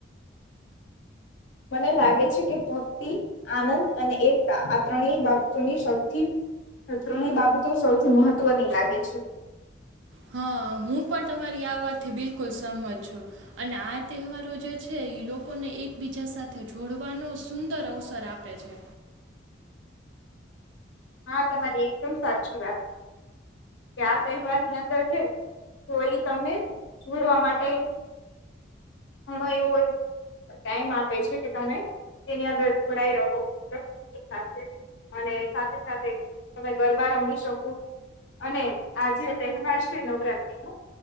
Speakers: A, on the left; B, on the right.
A: મને લાગે છે કે ભક્તિ આનંદ અને એકતા આ ત્રણેય બાબતોની સૌથી ત્રણેય બાબતો સૌથી મહત્વની લાગે છે
B: હા હું પણ તમારી આ વાતથી બિલકુલ સહમત છું અને આ તહેવારો જે છે એ લોકોને એકબીજા સાથે જોડવાનો સુંદર અવસર આપે છે
A: હા તમારી એકદમ સાચી વાત કે આ તહેવારની અંદર છે તો એ તમને જોડવા માટે ઘણો એવું ટાઈમ આપે છે કે તમે તેની અંદર જોડાય રહો સાથે અને સાથે તમે ગરબા રમી શકો અને આ જે તહેવાર છે નવરાત્રી ન